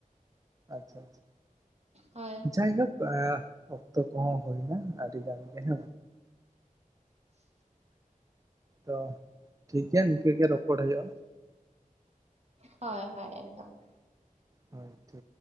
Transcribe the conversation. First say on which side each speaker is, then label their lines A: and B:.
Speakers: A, on the right; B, on the right.
A: ᱟᱪᱪᱷᱟ ᱟᱪᱪᱷᱟ᱾
B: ᱦᱳᱭ
A: ᱡᱟᱭᱦᱳᱠ ᱟ ᱚᱠᱛᱚ ᱠᱚᱦᱚᱸ ᱦᱩᱭᱱᱟ ᱟᱹᱰᱤ ᱜᱟᱱ ᱜᱮ ᱦᱮᱸ ᱵᱟᱝ ᱛᱚ ᱴᱷᱤᱠ ᱜᱮᱭᱟ ᱱᱤᱝᱠᱟᱹ ᱜᱮ ᱨᱚᱯᱚᱲ ᱦᱳᱭᱳᱜ-ᱟ᱾
B: ᱦᱳᱭ ᱦᱳᱭ ᱮᱠᱫᱚᱢ
A: ᱦᱳᱭ ᱴᱷᱤᱠ